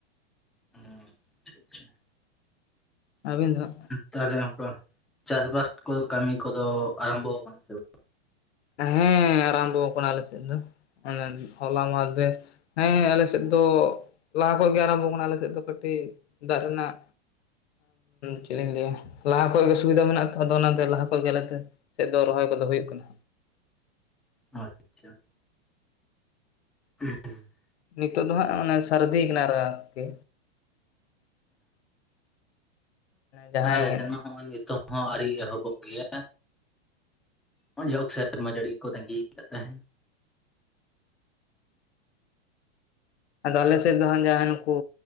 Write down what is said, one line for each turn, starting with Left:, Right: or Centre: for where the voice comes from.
Centre: ᱦᱩᱸ ᱟᱪᱪᱷᱟ ᱟᱪᱪᱷᱟ
Left: ᱟᱹᱵᱤᱱ ᱫᱚ ᱦᱟᱸᱜ
Centre: ᱛᱟᱦᱚᱞᱮ ᱚᱱᱠᱟ ᱪᱟᱥ ᱵᱟᱥ ᱠᱚ ᱠᱟᱹᱢᱤ ᱠᱚᱫᱚ ᱟᱨᱟᱢᱵᱷᱚ ᱟᱠᱟᱱᱟ ᱥᱮ ᱵᱟᱝ
Left: ᱦᱮᱸ ᱟᱨᱟᱢᱵᱷᱚ ᱟᱠᱟᱱᱟ ᱟᱞᱮ ᱥᱮᱫ ᱫᱚ ᱦᱚᱞᱟ ᱢᱟᱦᱫᱮᱨ ᱦᱮᱸ ᱟᱞᱮ ᱥᱮᱫ ᱫᱚ ᱞᱟᱦᱟ ᱠᱷᱚᱡ ᱜᱮ ᱟᱨᱟᱢᱵᱷᱚ ᱟᱠᱟᱱᱟ ᱟᱞᱮ ᱥᱮᱫ ᱫᱚ ᱠᱟᱹᱴᱤᱡ ᱫᱟᱜ ᱨᱮᱱᱟᱜ ᱪᱮᱫ ᱤᱧ ᱞᱟᱹᱭᱟ ᱞᱟᱦᱟ ᱠᱷᱚᱡ ᱜᱮ ᱥᱩᱵᱤᱫᱟ ᱢᱮᱱᱟᱜᱼᱟ ᱟᱫᱚ ᱚᱱᱟᱛᱮ ᱞᱟᱦᱟ ᱠᱷᱚᱡ ᱜᱮ ᱟᱞᱮ ᱛᱮ ᱥᱮᱫ ᱫᱚ ᱨᱚᱦᱚᱭ ᱠᱚᱫᱚ ᱦᱩᱭᱩᱜ ᱠᱟᱱᱟ
Centre: ᱟᱪᱪᱷᱟ <inaudible>
Left: ᱱᱤᱛᱚᱜ ᱫᱚ ᱦᱟᱸᱜ ᱢᱟᱱᱮ ᱥᱟᱨᱫᱤ ᱟᱠᱟᱱᱟ ᱟᱨᱠᱤ ᱡᱟᱦᱟᱸᱭ
Centre: ᱟᱞᱮ ᱥᱮᱱ ᱢᱟ ᱱᱚᱜᱼᱚᱭ ᱱᱤᱛᱚᱝ ᱦᱚᱸ ᱟᱹᱣᱨᱤ ᱮᱦᱚᱵᱚᱜ ᱜᱮᱭᱟ ᱦᱚᱜ-ᱚᱭ ᱡᱟᱭᱦᱩᱠ ᱥᱮᱨᱢᱟ ᱡᱟᱹᱲᱤ ᱜᱮᱠᱚ ᱛᱟᱺᱜᱤ ᱠᱟᱫ ᱛᱟᱦᱮᱸᱱ
Left: ᱟᱫᱚ ᱟᱞᱮ ᱥᱮᱫ ᱫᱚ ᱦᱟ ᱡᱟᱦᱟᱭ ᱱᱩᱠᱩ